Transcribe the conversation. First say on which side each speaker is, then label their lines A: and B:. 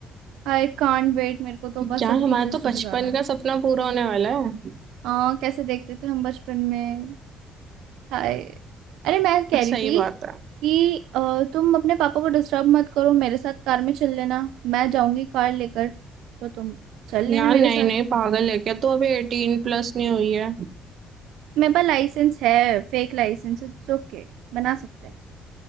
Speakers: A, on the right; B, on the right.
A: आई कांट वेट मेरे को तो बस
B: यार
A: अब
B: हमारा
A: टीचर्स
B: तो
A: डे
B: बचपन
A: में जाना है
B: का सपना पूरा होने वाला है
A: आ, कैसे देखते थे हम बचपन में हाय अरे मैं कह
B: सही
A: रही थी
B: बात है
A: कि अ, तुम अपने पापा को डिस्टर्ब मत करो मेरे साथ कार में चल लेना मैं जाऊंगी कार लेकर तो तुम चल
B: यार
A: लेना मेरे
B: नहीं
A: साथ
B: नहीं पागल है क्या तू अभी एटीन प्लस नहीं हुई है
A: मेरे पास लाइसेंस है फेक लाइसेंस इट्स ओके बना सकते हैं